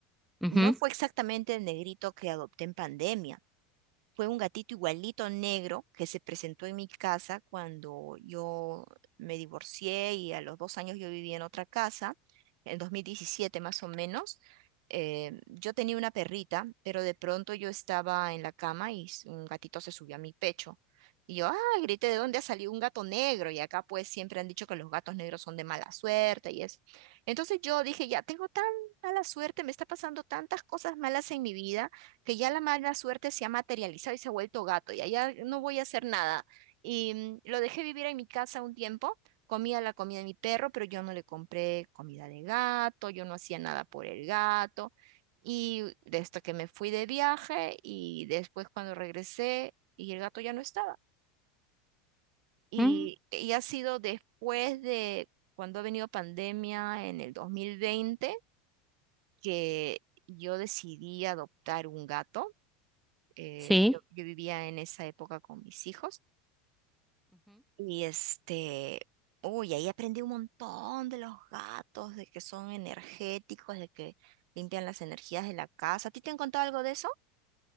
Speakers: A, in the centre; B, on the right.
A: Ujú.
B: no fue exactamente el negrito que adopté en pandemia. Fue un gatito igualito negro que se presentó en mi casa cuando yo me divorcié y a los dos años yo vivía en otra casa, en 2017 más o menos. Eh, yo tenía una perrita, pero de pronto yo estaba en la cama y s- un gatito se subió a mi pecho. Y yo, ah, grité, ¿de dónde ha salido un gato negro? Y acá pues siempre han dicho que los gatos negros son de mala suerte y eso. Entonces yo dije, ya tengo tan mala suerte, me está pasando tantas cosas malas en mi vida que ya la mala suerte se ha materializado y se ha vuelto gato, y allá no voy a hacer nada. Y mm, lo dejé vivir en mi casa un tiempo, comía la comida de mi perro, pero yo no le compré comida de gato, yo no hacía nada por el gato. Y de esto que me fui de viaje y después cuando regresé y el gato ya no estaba. Y,
A: Mm,
B: y ha sido después de cuando ha venido pandemia en el 2020 que yo decidí adoptar un gato eh,
A: Sí.
B: yo, yo vivía en esa época con mis hijos y este, uy, ahí aprendí un montón de los gatos, de que son energéticos, de que limpian las energías de la casa. ¿A ti te han contado algo de eso?